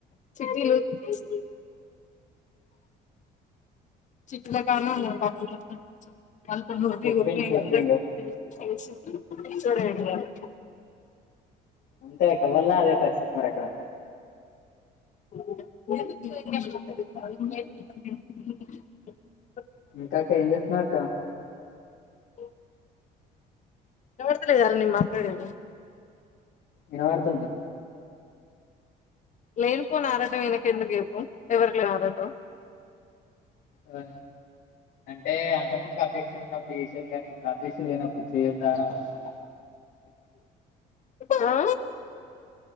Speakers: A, on the left (about 45°); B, on the left (about 75°).
A: చిట్టులూ తీస్ చిట్టీల కాడ్న్నే ఉన్నాడు పాపం పొద్దట్నుంచి వాళ్ళతోనీ ఓరీ
B: చెప్పిండు
A: ఓరి
B: చెప్పిండు
A: అందరికి <unintelligible> పిచ్చోడు అయిండు ఇయల
B: అంతే అక్క ఎవళ్ళున్న అదే పరిస్థితి మరి ఎక్కడ
A: <unintelligible>
B: ఇంక అక్క ఏం జేతున్నావ్ అక్క
A: ఓ వినబడతలేదారా నేను మాట్లాడేది
B: ఇనవడుతుంది
A: లేనిపోనారటం ఈయనకు ఎందుకు చెప్పు ఎవరికి లేని ఆరాటం
B: ఆ అంటే అంత ముందుకు అధ్యక్షుడు ఉన్నప్పుడు చేసేది కాని ఇప్పుడు అధ్యక్షుడు లేనప్పుడు చేయొద్దా అని అంటర్ మల్ల
A: ఆ